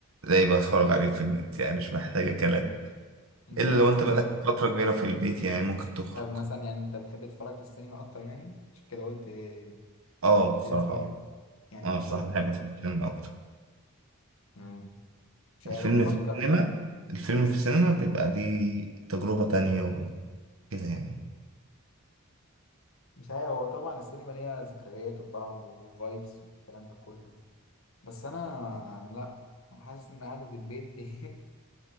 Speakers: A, on the right (about 70°); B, on the left (about 70°).
A: زي بتفرج عليه في النت يعني مش محتاجة كلام
B: أنت
A: إلا
B: لو
A: لو
B: مكاني
A: أنت بقالك فترة كبيرة في البيت يعني ممكن تخرج
B: طب مثلا يعني أنت بتحب تتفرج في السينما أكتر يعني عشان كده قلت آه،
A: أه بصراحة
B: تبتدي تتفرج
A: أه
B: في يعني
A: أنا
B: أنت
A: بصراحة بحب أتفرج في السينما أكتر
B: مم. مش عارف
A: الفيلم
B: بفكر
A: في السينما الفيلم في السينما بيبقى ليه تجربة تانية وكده يعني
B: مش عارف هو طبعا السينما ليها ذكريات وطعم وفايبس والكلام ده كله بس انا أنا لا انا حاسس ان قعدة البيت <laughs> ايه